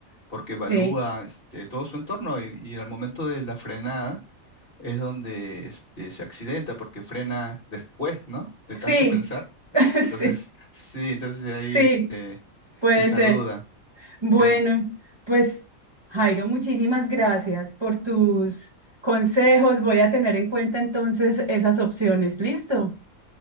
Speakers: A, on the left; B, on the right.
A: porque evalúa
B: Sí,
A: este, todo su entorno y, y al momento de la frenada es donde este, se accidenta porque frena después, ¿no? De
B: sí,
A: tanto pensar.
B: <laughs>
A: Entonces,
B: sí,
A: sí, entonces ahí
B: sí,
A: este,
B: puede
A: esa
B: ser.
A: duda,
B: Bueno,
A: sí.
B: pues Jairo, muchísimas gracias por tus consejos. Voy a tener en cuenta entonces esas opciones. Listo.